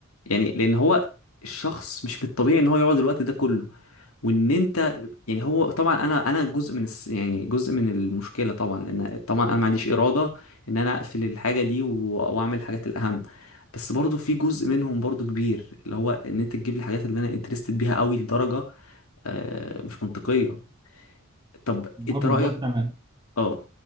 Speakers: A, on the left; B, on the right.
A: يعني لان هو الشخص مش من الطبيعي ان هو يقعد الوقت ده كله وان انت يعني هو طبعا انا انا جزء من الس يعني جزء من المشكله طبعا ان طبعا انا ما عنديش اراده ان انا اقفل الحاجه دي و- واعمل الحاجات الاهم بس برضو في جزء منهم برضو كبير اللي هو ان انت تجيب لي الحاجات اللي انا انترستد بيها قوي لدرجه آه، مش منطقيه طب انت
B: اه بالظبط
A: رايك
B: انا
A: اه